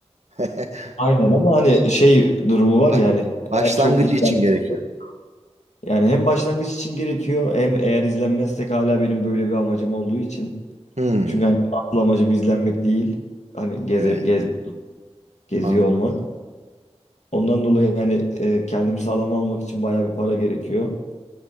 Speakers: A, on the right; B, on the left.
A: <laughs>
B: Aynen ama hani şey durumu var
A: Ba-
B: ya hani eğer
A: Başlangıcı
B: çok izlenmezse
A: için gerekiyor.
B: Yani hem başlangıç için gerekiyor hem eğer izlenmezsek hala benim böyle bir amacım olduğu için.
A: Hmm.
B: Çünkü hani asıl amacım izlenmek değil. Hani geze,
A: Evet.
B: gez, geziyor
A: Anladım.
B: olmak. Ondan dolayı yani e, kendimi sağlam almak için bayağı bir para gerekiyor.